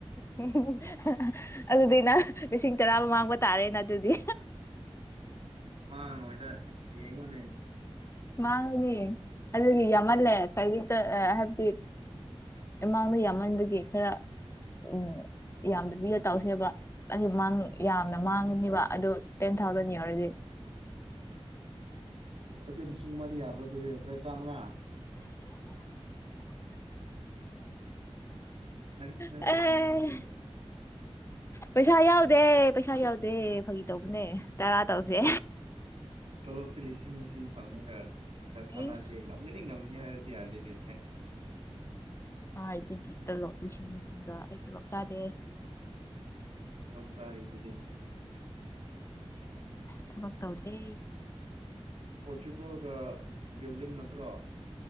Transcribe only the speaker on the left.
<unintelligible> ꯑꯗꯨꯗꯤ ꯅꯪ ꯂꯤꯁꯤꯡ ꯇꯔꯥ ꯃꯃꯥꯡꯕ ꯇꯥꯔꯦꯅ ꯑꯗꯨꯗꯤ
ꯃꯥꯡꯉꯨꯅꯤ ꯑꯗꯨꯒꯤ ꯌꯥꯝꯃꯜꯂꯦ ꯀ ꯍꯥꯏꯕꯗꯤ ꯃꯃꯥꯡꯗ ꯌꯥꯝꯃꯟꯕꯒꯤ ꯈꯔ ꯎꯝ ꯌꯥꯝꯗꯕꯤꯗ ꯇꯧꯁꯦꯕ ꯑꯗꯨ ꯌꯥꯝꯅ ꯃꯥꯡꯉꯅꯤꯕ ꯑꯗꯨ ꯇꯦꯟ ꯊꯥꯎꯖꯟ ꯌꯥꯎꯔꯤꯗꯤ
ꯑꯦ
ꯄꯩꯁꯥ ꯌꯥꯎꯗꯦ ꯄꯩꯁꯥ ꯌꯥꯎꯗꯦ ꯐꯥꯒꯤ ꯇꯧꯕꯅꯦ ꯇꯔꯥ ꯇꯧꯁꯦ
ꯏꯁ
ꯀꯥꯢꯗꯒꯤ ꯇꯂꯣꯞ ꯂꯤꯁꯤꯡ ꯂꯤꯁꯤꯡꯒ ꯑꯩ ꯇꯂꯣꯞ ꯆꯥꯗꯦ
ꯊꯕꯛ ꯇꯧꯗꯦ